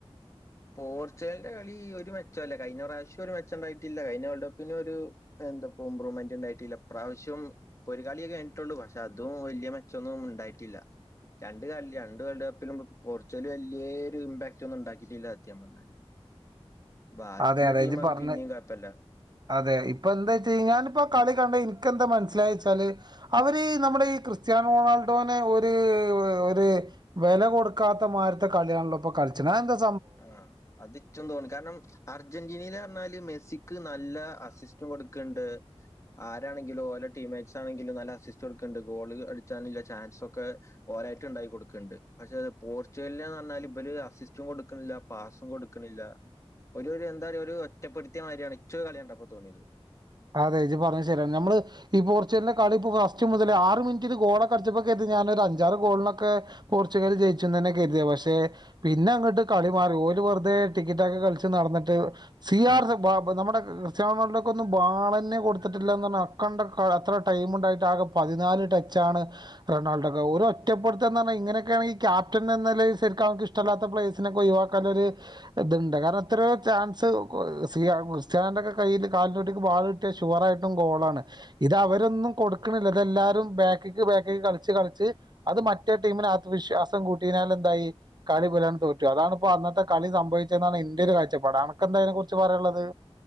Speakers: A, on the left (about 30°); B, on the right (about 45°).
A: പോർച്ചുഗലിന്റെ കളി ഒര് മെച്ചെല്ല കഴിഞ്ഞ പ്രാവശ്യം ഒര് മെച്ചെണ്ടായിട്ടില്ല കഴിഞ്ഞ വേൾഡ് കപ്പിനു ഒരു എന്തപ്പ ഇമ്പ്രൂവ്മെന്റ് ണ്ടായിട്ടില്ല ഇപ്രാവശ്യം ഒരു കളിയെ കഴിട്ടുള്ളു പക്ഷെ അതും വല്ല്യയ മെച്ചൊന്നും ഉണ്ടായിട്ടില്ല രണ്ട് കല്ലി രണ്ട് വേൾഡ് കപ്പിലും പോർച്ചുഗിൽ വല്ല്യയെ ഒര് ഇമ്പാക്ട് ഒന്നും ണ്ടാക്കിട്ടില്ല ത്യം പറഞ്ഞാല് ബാക്കിയുള്ള
B: അതെ അതെ
A: ടീമൊക്കെ
B: ഇജ് പറഞ്ഞത്
A: പിന്നെയും കുഴപ്പല്ല
B: അതെ ഇപ്പൊന്താച്ച് കഴിഞ്ഞാൽ ഞാനിപ്പ കളി കണ്ടനി ഇക്കന്ത മനസ്സിലായച്ചാല് അവര് നമ്മടെ ഈ ക്രിസ്ത്യാനോ റൊണാൾഡോനെ ഒര് ഒര് വെല കൊടുക്കാത്ത മാരിത്ത കളിയാണല്ലോ ഇപ്പ കളിച്ചണ് അന്തപ്പ
A: ആ അതിച്ചും തോന്നി കാരണം അർജന്റീനീൽ അറഞ്ഞാല് മെസ്സിക്ക് നല്ല അസിസ്റ്ററും കൊടുക്ക്ണ്ട് ആരാണെങ്കിലും ഓലോ ടീമേറ്റ്സ് ആണെങ്കിലും നല്ല അസിസ്റ്റംടുക്കുന്നുണ്ട് ഗോള് അടിച്ചാന്ള്ള ചാൻസെക്കെ ഓരായിട്ട് ണ്ടായി കൊടുക്ക്ണ്ട് പക്ഷേ അത് പോർച്ചുഗല്ന്ന് പറഞ്ഞാൽ ഇവല് അസിസ്റ്ററും കൊടു ക്ക്ണ്ല്ല പാസും കൊടുക്ക്ണില്ല ഒര് ഒര് എന്താ ഒരു ഒറ്റപ്പെടുത്തിയ മാതിരിയാണ് ഇച്ച്ക്കെ കളിണ്ടപ്പൊ തോണിത്
B: അതെ ഇജ് പറഞ്ഞത് ശരിയാണ് ഞമ്മള് ഈ പോർച്ചുഗലിന്റെ കളി ഇപ്പ ഫസ്റ്റ് മുതൽ ആറ് മിനിറ്റിൽ ഗോളൊക്കടിച്ചപ്പേക്കെര്തി ഞാനൊ ഒര് അഞ്ചാറ് ഗോളിനൊക്കെ പോർച്ചുഗിൽ ജയിച്ചുന്നെനെ കെര്തി പക്ഷെ പിന്നെ അങ്ങട്ട് കളി മാറി ഓല് വെറുതെ ടിക്കറ്റൊക്കെ കളിച്ച് നടന്ന്ട്ട് സി ആർ നമ്മുടെ ക്രിസ്ത്യാൻ റൊണാൾഡോ ക്കൊന്നു ബാളെന്നെ കൊടുത്തിട്ടില്ലന്നറഞ്ഞ അക്കണ്ട അത്ര ടൈം ഉണ്ടായിട്ട് ആകെ പതിനാല് ടച്ചാണ് റൊണാൾഡൊക്കെ ഒരെ ഒറ്റപ്പെടുത്തന്നറഞ്ഞാ ഇങ്ങനെക്കണ് ഈ ക്യാപ്റ്റൻനന്നി ലയിൽ ശരിക്ക് അവക്ക് ഇഷ്ടല്ലാത്ത പ്ലേഴ്സിനെക്കെ ഒഴിവാക്കാനെ ഒര് ഇത്ണ്ട് കാരണം ഒറ്റെരു ചാൻസ് സീ ക്രിസ്യാനന്റെക്കെ കയ്യിൽ കൽന്റെ ബാൾ കിട്ടിയ ഷുവർ ആയിട്ടും ഗോളാണ് ഇത് അവരൊന്നും കൊടുക്ക്ണില്ല ഇതെല്ലാവാരും ബേക്കിക്ക് ബേക്കക്ക് കളിച്ച് കളിച്ച് അത് മറ്റേ ടീമിന് ആത്മവിശ്വാസം കൂട്ടിനാൽ എന്തായി കളി ബലാൺ തോറ്റു അതാണ്പ്പോ അന്നത്തെ കളി സംഭവിച്ചെന്നാണ് ഇന്റെ ഒരു കാഴ്ചപ്പാട് ആനക്കെന്താ അയിനെ കുറിച്ച് പറയാനുള്ളത്